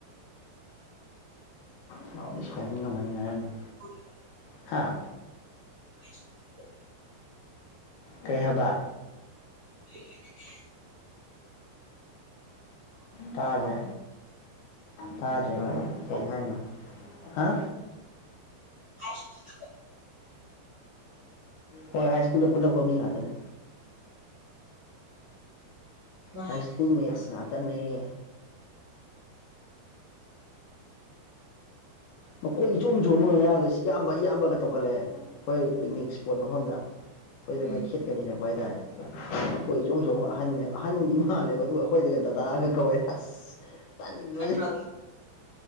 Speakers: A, on the left; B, on the right.
A: ꯁꯥꯎꯗꯤ ꯁꯥꯎꯅꯤꯡꯉꯝꯃꯅꯤ ꯉꯔꯥꯡꯗꯤ
B: <unintelligible>
A: ꯍꯥꯥ
B: <unintelligible>
A: ꯀꯩ ꯍꯥꯏꯕ
B: ꯃꯤꯑꯣ ꯂꯣꯏꯅꯅ
A: ꯇꯥꯖꯦ ꯇꯥꯖꯦ ꯍꯥ ꯀꯩ ꯍꯥꯏꯅꯣ ꯍꯥ
B: <unintelligible>
A: ꯍꯣꯏ ꯍꯥꯏ ꯁ꯭ꯀꯨꯜꯗ ꯄꯨꯂꯛꯄ ꯃꯤ ꯉꯥꯛꯇꯅꯦ
B: ꯅꯨꯡꯉꯥꯏ
A: ꯍꯥꯏ ꯁ꯭ꯀꯨꯜ ꯃꯦꯠꯁ ꯉꯥꯛꯇꯅꯩ ꯃꯈꯣꯏ ꯏꯆꯣꯡ ꯑꯃ ꯆꯣꯡ ꯑꯃꯒ ꯉꯔꯥꯡꯗ ꯏꯌꯥꯝꯕ ꯏꯌꯥꯝꯕꯒ ꯇꯧꯜꯂꯦ ꯍꯣꯏ ꯄꯤꯛꯅꯤꯛ ꯏꯁꯄꯣꯠ ꯃꯐꯝꯗ ꯑꯩꯈꯣꯏꯗ
B: ꯎꯝ
A: ꯃꯩ ꯈꯦꯠꯀꯅꯤꯔꯛꯄ ꯍꯥꯏꯇꯥꯔꯦ ꯑꯩꯈꯣꯏ ꯏꯆꯣꯝ ꯆꯣꯡꯝ ꯑꯍꯟꯅꯕ ꯑꯍꯟꯗꯤ ꯃꯥꯜꯂꯦꯕ ꯑꯗꯨꯒ ꯑꯩꯈꯣꯏꯗꯒ ꯗꯗꯥꯒ ꯀꯧꯋꯦ ꯑꯁ
B: <unintelligible>
A: ꯇꯜꯕꯁꯤ
B: ꯐꯠꯇ꯭ꯔꯣ